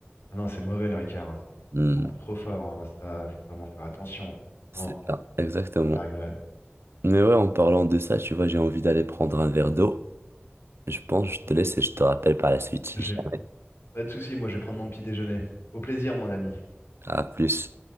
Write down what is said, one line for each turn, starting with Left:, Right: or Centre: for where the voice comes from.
Left: Ah non, c'est mauvais le Ricard, hein. C'est
Right: Hmm,
Left: c'est beaucoup trop fort, hein. Ça, faut vraiment faire attention. hein.
Right: c'est
Left: Non,
Right: ça, exactement.
Left: la rigolade.
Right: Mais ouais, en parlant de ça, tu vois, j'ai envie d'aller prendre un verre d'eau. Je pense que je te laisse et je te rappelle par la suite si
Left: J'ai
Right: j'ai un
Left: pas de souci, moi je vais prendre mon petit déjeuner. Au plaisir, mon ami.
Right: À plus.